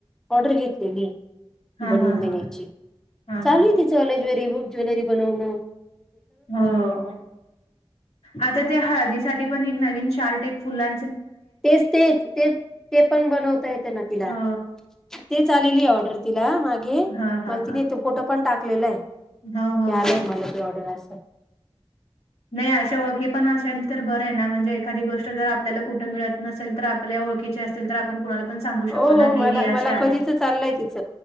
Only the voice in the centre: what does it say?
ऑर्डर घेतली
बनून
देण्याची.
चालू
<unintelligible> ज्वेलरी बनवण
तेच तेच तेच ते पण बनवता येते ना तिला,
तेच आलेली आहे ऑर्डर तिला मागे
मला तिने तो फोटो पण टाकलेला आहे.
ते आलंय
मला त्या ऑर्डर असता.
हो हो.
मला-
मला
कधीच चाललंय तिच